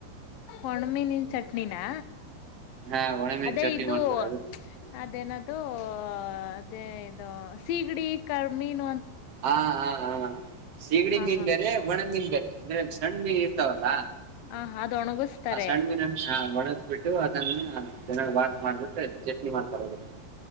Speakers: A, on the left; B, on the right.
A: ಒಣ್ಣ ಮೀನಿನ್ ಚಟ್ನಿನಾ
B: ಹಾ ಒಣಮೀನ್
A: ಅದೇ
B: ಚಟ್ನಿ
A: ಇದು
B: ಮಾಡ್ತಾರೆ ಅದು
A: ಅದೇನ್ ಅದ್ ದೂ ಅದೇ ಇದು ಸೀಗಡಿ ಕಾಳ್ ಮೀನ್
B: ಹಾ ಹಾ ಹಾ ಸೀಗಡಿ ಮೀನ್
A: ಹಾ
B: ಬೇರೆ ಒಣ್ಣ ಮೀನ್ ಬೇರೆ. ಅಂದ್ರೆ ಸಣ್ಣ್ ಮೀನ್ ಇರ್ತಾವಲ್ಲ
A: ಹಾ ಹ ಅದು ಒಣಗಿಸ್ತಾರೆ
B: ಆ ಸಣ್ಣ ಮೀನಿನ್ ಒಣ್ ಬಿಟ್ಟು ಅದನ್ನ ಚೆನ್ನಾಗ್ ವಾಶ್ ಮಾಡ್ಬಿಟ್ಟು ಚಟ್ನಿ ಮಾಡ್ತಾರ ಅದನ್ನ